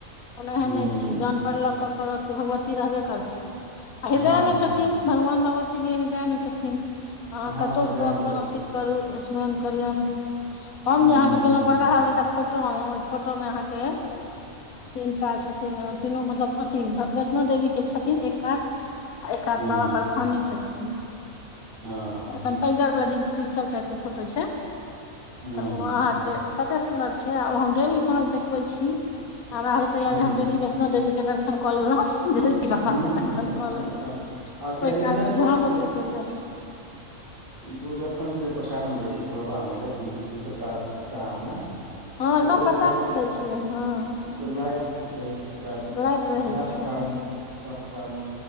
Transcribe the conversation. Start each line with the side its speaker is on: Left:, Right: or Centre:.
Left: कोनो एहन
Right: हूँ
Left: नहि छै जान पल कर के कर के भगवती रहबे करथिन आ हृदय
Right: हँ
Left: मे छथिन।
Right: हँ
Left: भगवान भगवती के हृदय मे छथिन आहा
Right: हँ
Left: कतौ
Right: हृदय
Left: स
Right: मे
Left: अपन
Right: छथिन
Left: अथि करू स्मरण करियोन हम
Right: हुं
Left: जे आहा के
Right: हुं
Left: अथी। गेलों पोरका साल जे एकटा फोटो अनलहुं ओहि फोटो में आहाँ के तीन टा छथिन तीनू मतलब अथी वैष्णो देवीके छथिन एक कात। एकाध
Right: हुं
Left: बाबा परफानी छथिन
Right: हँ
Left: अपन पैगर बला द टर टाइप के फोटो छै
Right: हुं
Left: तऽ ओ अहाँके। तते सुन्दर छै ओ हम डेली साँझ देखबै छी हमरा होइत या
Right: नहि
Left: जे हम
Right: नीक
Left: डेली
Right: प्रति
Left: वैष्णो देवी। दर्शन क लेलो। बाबा
Right: हुं
Left: के
Right: हुं
Left: दर्शन
Right: एकदम
Left: कऽ लेलो
Right: एकदम आ टेलीविजन
Left: ओहि काल मे
Right: पर
Left: ध्यान ओते चल ह
Right: दूरदर्शनसँ जे प्रसारण दै छै भोरहरबा मे जे भिनसुरका। ओकरामे तऽ
Left: हँ एकदम
Right: ओ
Left: प्रकाश
Right: जे देखब जे
Left: दै छै हँ
Right: ओ त लाइव की कहै छै पूरा
Left: लाइव रहै
Right: सीधा
Left: छै
Right: प्रसारण। सीधा प्रसारण